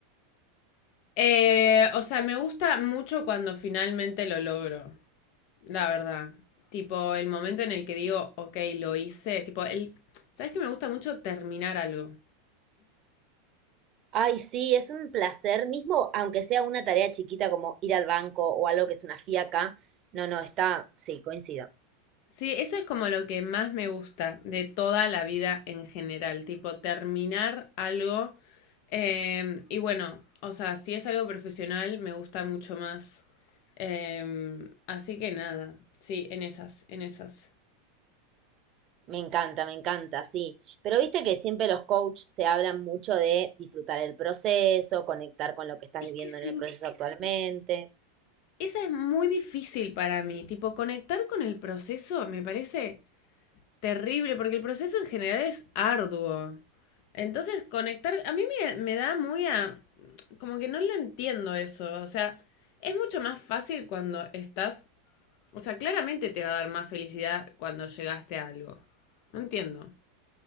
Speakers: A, on the left; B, on the right.
A: Eh, o sea, me gusta mucho cuando finalmente lo logro, la verdad. Tipo, el momento en el que digo, ok, lo hice, tipo, el... ¿Sabes que me gusta mucho terminar algo?
B: Ay, sí, es un placer, mismo aunque sea una tarea chiquita como ir al banco o algo que es una fiaca. No, no, está, sí, coincido.
A: Sí, eso es como lo que más me gusta de toda la vida en general, tipo, terminar algo. Eh, y bueno, o sea, si es algo profesional, me gusta mucho más. Eh, así que nada, sí, en esas, en esas.
B: Me encanta, me encanta, sí. Pero viste que siempre los coaches te hablan mucho de disfrutar el proceso, conectar con lo que estás
A: Es
B: viviendo
A: que sí,
B: en el proceso actualmente.
A: esa es muy difícil para mí. Tipo, conectar con el proceso me parece terrible, porque el proceso en general es arduo. Entonces, conectar, a mí me, me da muy a... como que no lo entiendo eso. O sea, es mucho más fácil cuando estás O sea, claramente te va a dar más felicidad cuando llegaste a algo. No entiendo.